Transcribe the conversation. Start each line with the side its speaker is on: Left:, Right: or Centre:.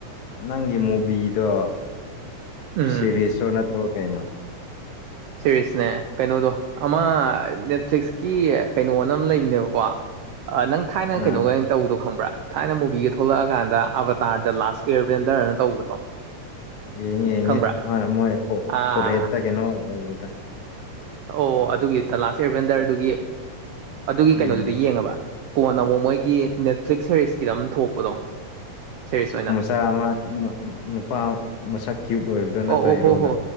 Left: ꯅꯪꯒꯤ ꯃꯨꯚꯗꯣ
Right: ꯎꯝ
Left: ꯁꯤꯔꯤꯁ ꯔꯣ ꯅꯠꯇ꯭ꯔꯣ ꯀꯩꯅꯣ
Right: ꯁꯦꯔꯤꯁꯅꯦ ꯀꯩꯅꯣꯗꯣ ꯑꯃ ꯅꯦꯠꯐꯂꯤꯛꯁ ꯀꯤ ꯀꯩꯅꯣꯅ ꯑꯃ ꯂꯩꯕꯅꯦꯕꯀꯣ ꯅꯪ ꯊꯥꯏꯅ
Left: ꯑꯥ
Right: ꯀꯩꯅꯣꯒ ꯇꯧꯗꯣ ꯈꯪꯕ꯭ꯔꯥ ꯊꯥꯏꯅ ꯃꯨꯕꯤꯒ ꯊꯣꯛꯂꯛꯑꯀꯥꯟꯗ ꯑꯕꯇꯥꯔ ꯗ ꯂꯥꯁ ꯑꯦꯚꯦꯟꯗꯔꯅ ꯇꯧꯕꯗꯣ
Left: ꯌꯦꯡꯉꯦ ꯌꯦꯡꯉꯦ
Right: ꯈꯪꯕ꯭ꯔꯥ
Left: ꯃꯣꯏ
Right: ꯑꯥ
Left: ꯐꯣꯔꯍꯦꯠꯇ ꯀꯩꯅꯣ ꯂꯩꯕꯗꯣ
Right: ꯑꯣ ꯑꯗꯨꯒꯤ ꯗ ꯂꯥꯁ ꯏꯚꯦꯟꯗꯔꯗꯨꯒꯤ ꯑꯗꯨꯒꯤ
Left: ꯎꯝ
Right: ꯀꯩꯅꯣꯗꯨꯗꯤ ꯌꯦꯡꯉꯕ ꯀꯣꯟꯅ ꯑꯃꯨꯛ ꯃꯣꯏꯒꯤ ꯅꯦꯠꯐ꯭ꯂꯤꯛꯁ ꯁꯦꯔꯤꯁꯀꯤꯗ ꯑꯃ ꯊꯣꯛꯄꯗꯣ ꯁꯦꯔꯤꯁ ꯑꯣꯏꯅ
Left: ꯆꯥ ꯑꯃ ꯅꯨꯄꯥ ꯃꯁꯛ ꯀ꯭ꯌꯨꯠ ꯑꯣꯏꯕꯗ ꯅꯠꯇ꯭ꯔꯥ
Right: ꯑꯣ ꯑꯣ ꯍꯣ
Left: ꯍꯦꯔꯣꯗ
Right: ꯍꯣ